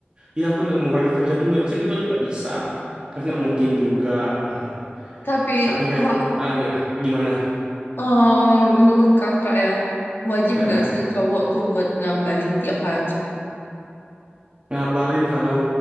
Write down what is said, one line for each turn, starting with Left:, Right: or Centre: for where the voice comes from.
Right: yang aku udah mau berangkat kerja dulu ya masa gitu aja nggak bisa kan nggak
Left: Hmm.
Right: mungkin juga Eh,
Left: Tapi
Right: tapi jangan
Left: kok
Right: ah, ya gimana
Left: eh, menurut kakak ya wajib
Right: Eh,
Left: nggak
Right: eh,
Left: sih cowok tuh buat ngabarin tiap hari?
Right: ngabarin kalau